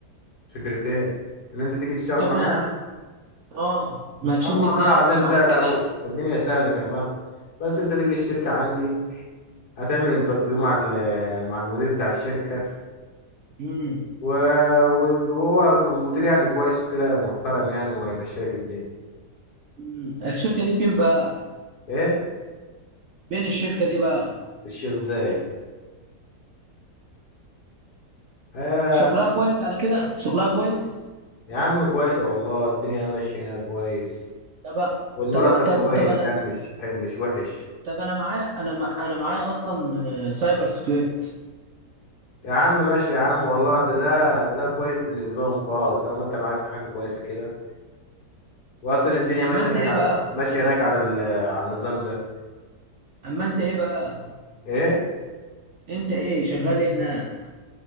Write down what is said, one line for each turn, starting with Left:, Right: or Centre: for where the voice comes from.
Left: فكرة ايه ان انت تيجي تشتغل
Right: مش انت
Left: معايا
Right: بتقول
Left: يعني
Right: أنا- اه ما تشوف
Left: اما
Right: لي الدنيا
Left: انا العزام
Right: كده
Left: سهلة
Right: معاك كده
Left: اوي الدنيا سهلة كمان بس انت تيجي الشركة عندي هتعمل انترفيو مع ال- مع المدير بتاع الشركة
Right: امم
Left: و... و- وهو مدير يعني كويس وكده محترم يعني وهيمشي لك الدنيا
Right: أمم. الشركه دي فين بقى
Left: ايه
Right: فين الشركه دي بقى
Left: في الشيخ زايد آه
Right: شغلها كويس على كده شغلها كويس
Left: يا عم كويسة والله الدنيا ماشية هنا كويس
Right: طب
Left: والمرتب
Right: طب طب
Left: كويس
Right: طب انا
Left: يعني مش مش وحش
Right: طب انا معايا انا مع- انا معايا اصلا سايبر سكيورتي
Left: يا عم ماشي يا عم والله ده ده ده, ده كويس بالنسبة لهم خالص طالما انت معاك حاجة كويسة كده وأصلا الدنيا ماشية
Right: اما انت
Left: هناك
Right: ايه
Left: على
Right: بقى
Left: ماشية هناك على ال... على النظام ده
Right: اما انت ايه بقى
Left: ايه
Right: انت ايه شغال ايه هناك